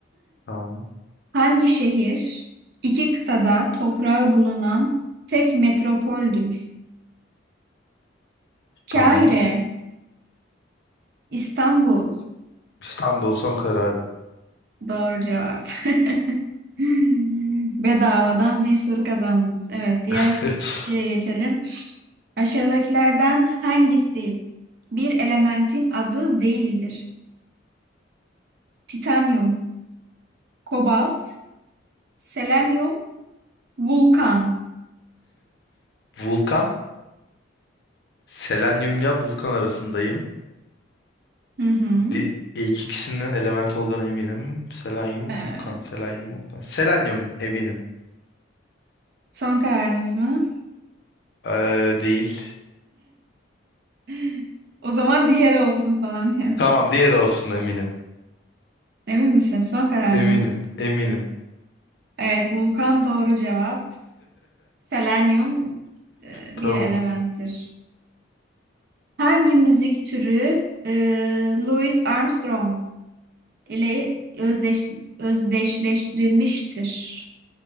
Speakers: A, on the left; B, on the right.
A: Tamam.
B: Hangi şehir iki kıtada toprağı bulunan tek metropoldür? Kahire,
A: Tamam.
B: İstanbul.
A: İstanbul son kararım.
B: Doğru cevap. <laughs> Bedavadan bir soru kazandınız. Evet, diğer
A: <laughs>
B: şeye geçelim. Aşağıdakilerden hangisi bir elementin adı değildir? Titanyum, kobalt, selenyum, vulkan.
A: Vulkan. Selenyumla vulkan arasındayım.
B: Hı hı.
A: Di ilk ikisinin element olduğuna eminim. Selenyum,
B: Ee,
A: vulkan. Selenyum, vulkan. Selenyum eminim.
B: son kararınız mı?
A: Ee, değil.
B: <laughs> O zaman diğeri olsun falan diyor.
A: Tamam diğer olsun eminim.
B: Emin misin? Son kararın
A: Eminim.
B: mı?
A: Eminim.
B: Evet, vulkan doğru cevap. Selenyum e,
A: Tamam.
B: bir elementtir. Hangi müzik türü e, Louis Armstrong ile özdeş, özdeşleştirilmiştir?